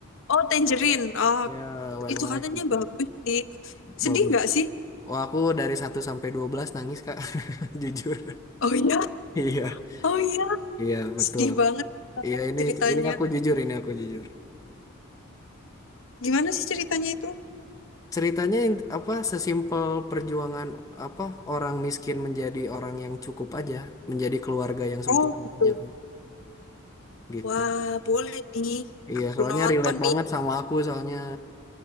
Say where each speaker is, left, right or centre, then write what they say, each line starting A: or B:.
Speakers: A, on the left (about 60°); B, on the left (about 15°).
A: Oh, Tangerine. Oh,
B: Ya, When
A: itu
B: Life
A: katanya
B: Gives You.
A: bagus sih. Sedih
B: Bagus.
A: nggak sih?
B: Oh, aku dari satu sampai 12 nangis, Kak. <laughs> Jujur.
A: Oh iya,
B: Iya.
A: oh iya.
B: Iya, betul.
A: Sedih banget kata
B: Iya, ini
A: ceritanya.
B: ini aku jujur, ini aku jujur.
A: Gimana sih ceritanya itu?
B: Ceritanya in- apa sesimpel perjuangan apa orang miskin menjadi orang yang cukup aja, menjadi keluarga yang
A: Oh,
B: sempurna
A: gitu.
B: aja, Kak. gitu.
A: Wah, boleh nih.
B: Iya,
A: Aku
B: soalnya
A: nonton
B: relate banget
A: nih.
B: sama aku soalnya